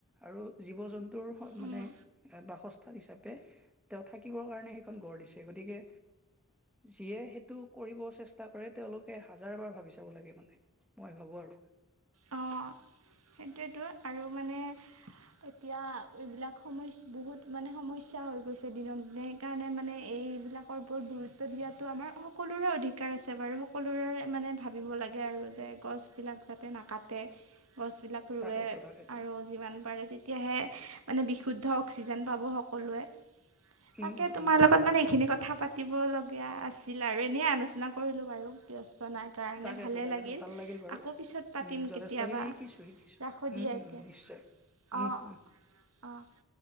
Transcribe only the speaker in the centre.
আৰু জীৱ জন্তুৰ
মানে এ বাসস্থান হিচাপে তেওঁ থাকিবৰ কাৰণে সেইখন গঢ় দিছে গতিকে, যিয়ে সেইটো কৰিব চেষ্টা কৰে তেওঁলোকে হাজাৰ বাৰ ভাবি চাব লাগে, মানে মই ভাবো আৰু।
তাকেতো তাকেতো
উম উম
উম
তাকেতো
তাকেতো
ভাল বাৰু
উম যথেষ্টখিনি
শিকিছো শিকিছো
উম
উম
উম নিশ্চয় উম
উম